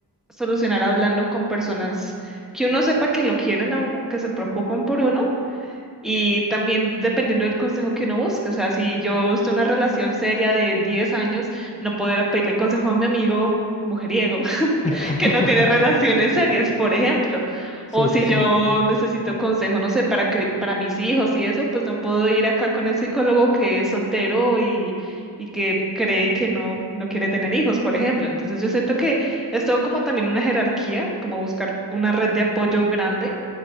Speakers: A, in the centre; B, on the left (about 20°).
A: solucionar hablando con personas que uno sepa que lo quieren a uno, que se preocupan por uno y también dependiendo del consejo que uno busque, o sea, si yo estoy en una relación seria de 10 años, no poder pedirle consejo a mi amigo mujeriego
B: <laughs>
A: que no tiene relaciones serias, por ejemplo.
B: Sí,
A: O si
B: sí, sí.
A: yo necesito consejo, no sé, para, cri- para mis hijos y eso, pues no puedo ir acá con el psicólogo que es soltero y, y que cree que no, no quiere tener hijos, por ejemplo. Entonces yo siento que es todo como también una jerarquía, como buscar una red de apoyo grande